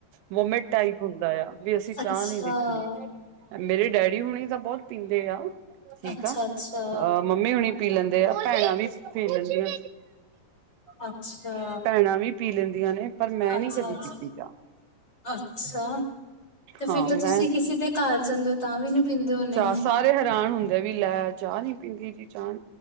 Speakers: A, on the right; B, on the left.
A: ਵੋਮੇਟ ਟਾਈਪ ਹੁੰਦਾ ਆ ਵੀ ਅਸੀਂ ਚਾਹ
B: ਅੱਛਾ
A: ਨਹੀਂ ਦੇਖਣੀ ਮੇਰੇ ਡੈਡੀ ਹੁਣੀ ਤਾਂ ਬਹੁਤ ਪੀਂਦੇ ਆ। ਠੀਕ
B: ਅੱਛਾ
A: ਆ, ਅਹ
B: ਅੱਛਾ
A: ਮੰਮੀ ਹੁਣੀ ਪੀ ਲੈਂਦੇ ਆ ਭੈਣਾਂ ਵੀ ਪੀ ਲੈਂਦੀਆਂ।
B: ਅੱਛਾ ਅੱਛਾ
A: ਭੈਣਾਂ ਵੀ ਪੀ ਲੈਂਦੀ ਆਂ ਨੇ। ਪਰ ਮੈਂ
B: ਅੱਛਾ-
A: ਨੀ ਕਦੀ ਪੀਤੀ ਚਾਹ
B: ਅੱਛਾ-ਅੱਛਾ, ਤੇ ਫਿਰ
A: ਹਾਂ
B: ਤਾਂ
A: ਮੈਂ
B: ਤੁਸੀਂ ਕਿਸੇ ਦੇ ਘਰ ਜਾਂਦੇ ਹੋ ਤਾਂ ਵੀ ਪੀਂਦੇ ਹੋਣੇ
A: ਚਾਹ ਸਾਰੇ ਹੈਰਾਨ ਹੁੰਦੇ ਵੀ ਲੈ ਚਾਹ ਨੀ ਪੀਂਦੀ ਜੀ ਚਾਹ